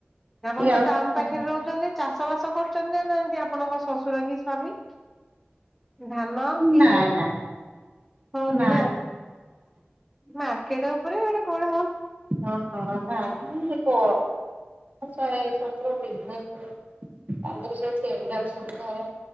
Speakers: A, in the centre; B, on the right.
A: ଆପଣ
B: ଟିକେ
A: ତ
B: ଆଉ
A: ଟାଉନ
B: ଟିକେ
A: ପାଖରେ ରହୁଛନ୍ତି ଚାଷ ବାସ କରୁଛନ୍ତି ନା ନାହାନ୍ତି ଆପଣଙ୍କ ଶଶୁର କି ସ୍ୱାମୀ, ଧାନ କି
B: ନାଇଁ ନାଇଁ
A: ହଉନି
B: ନାଇଁ।
A: ନା, ମାର୍କେଟ ଉପରେ ଏଠି କଣ ହଉ
B: ହଁ ହଁ ନାଇଁ ପ ଆଛା ଏ ଶ୍ୱଶୁର ବିଜେନସ ଲୋ ତାଙ୍କର ସବୁ ଟେଣ୍ଡର ସୁଧାର